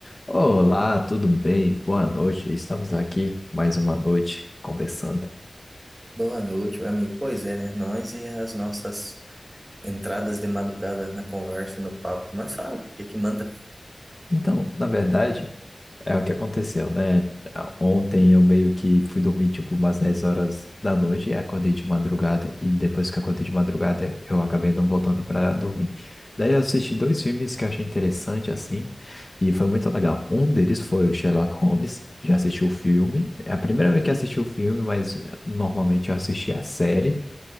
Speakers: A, on the left; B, on the right.
A: Olá, tudo bem? Boa noite. Estamos aqui mais uma noite conversando.
B: Boa noite, meu amigo. Pois é, né? Nós e as nossas entradas de madrugada na conversa e no papo. Mas fala, o que que manda?
A: Então, na verdade, é o que aconteceu, né? Ontem eu meio que fui dormir tipo umas 10 horas da noite e acordei de madrugada. E depois que eu acordei de madrugada, eu acabei não voltando para dormir. Daí eu assisti dois filmes que eu achei interessante assim e foi muito legal. Um deles foi o Sherlock Holmes. Já assisti o filme. É a primeira vez que assisti o filme, mas eh, normalmente eu assisti a série.